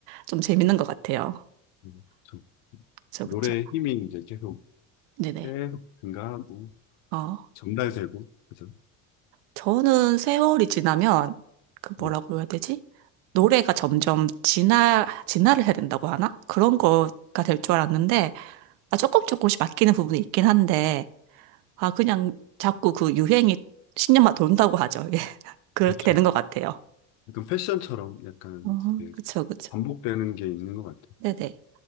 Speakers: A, on the right; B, on the left.
A: 좀 재밌는 것 같아요.
B: 음, 그렇죠.
A: 그
B: 노래의
A: 그렇죠.
B: 힘이 이제 계속
A: 네네.
B: 계속 증가하고
A: 어,
B: 전달되고 그죠?
A: 저는 세월이 지나면 그
B: 네,
A: 뭐라고 해야 되지? 노래가 점점 진화, 진화를 해야 된다고 하나? 그런 거가 될 줄 알았는데 아, 조금 조금씩 바뀌는 부분이 있긴 한데 아, 그냥 자꾸 그 유행이 10년만 돈다고 하죠. 예. <laughs> 그렇게
B: 그렇죠.
A: 되는 것 같아요.
B: 약간 패션처럼 약간
A: 어,
B: 이제
A: 그쵸, 그쵸.
B: 반복되는 게 있는 것 같아요.
A: 네네.